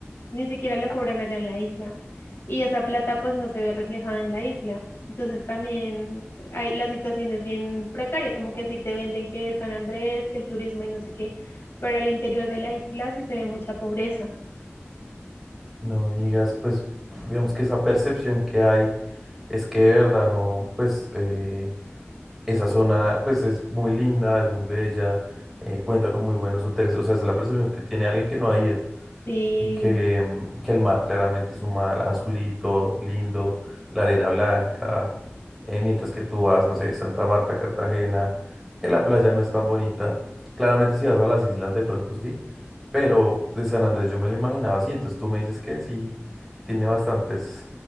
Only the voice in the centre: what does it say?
No digas, pues, digamos que esa percepción que hay es que de verdad no, pues, eh, Esa zona, pues, es muy linda, es muy bella, eh, cuenta con muy buenos hoteles. O sea, es la percepción que tiene alguien que no ha ido.
Y que, mm, y que el mar claramente es un mar azulito, lindo, la arena blanca. eh, mientras que tú vas, no sé, Santa Marta, Cartagena, que la playa no es tan bonita. Claramente, si vas a las islas, de pronto sí. Pero de San Andrés yo me lo imaginaba así. Entonces tú me dices que sí, tiene bastantes